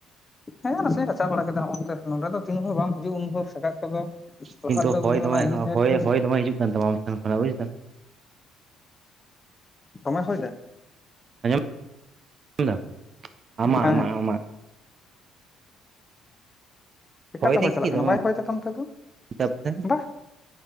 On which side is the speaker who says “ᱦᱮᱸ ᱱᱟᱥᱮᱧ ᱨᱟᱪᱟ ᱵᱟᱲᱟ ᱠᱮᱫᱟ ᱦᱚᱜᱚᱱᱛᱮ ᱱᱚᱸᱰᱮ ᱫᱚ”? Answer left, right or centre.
Left